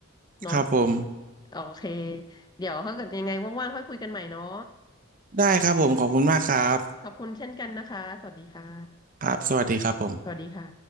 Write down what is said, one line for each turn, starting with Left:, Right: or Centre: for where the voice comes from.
Left: เนาะ
Right: ครับผม
Left: โอเคเดี๋ยวถ้าเกิดยังไงว่างๆค่อยคุยกันใหม่เนาะ
Right: ได้ครับผมขอบคุณมากครับ
Left: ขอบคุณเช่นกันนะคะ สวัสดีค่ะ
Right: ครับสวัสดีครับผม
Left: สวัสดีค่ะ